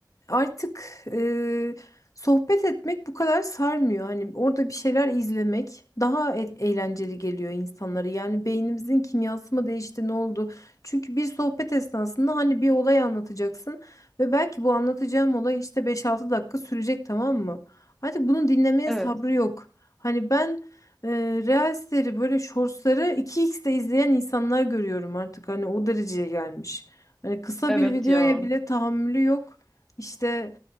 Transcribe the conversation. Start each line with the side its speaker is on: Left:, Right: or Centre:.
Left: artık e, sohbet etmek bu kadar sarmıyor. Hani orada bir şeyler izlemek daha e- eğlenceli geliyor insanlara. Yani beynimizin kimyası mı değişti, ne oldu? Çünkü bir sohbet esnasında hani bir olay anlatacaksın ve belki bu anlatacağım olay işte beş altı dakika sürecek tamam mı? Artık bunu dinlemeye
Centre: Evet,
Left: sabrı yok. Hani ben e, Reels'leri böyle shortsları iki xte izleyen insanlar görüyorum artık. Hani o dereceye gelmiş. Hani kısa
Centre: evet
Left: bir videoya
Centre: ya.
Left: bile tahammülü yok. İşte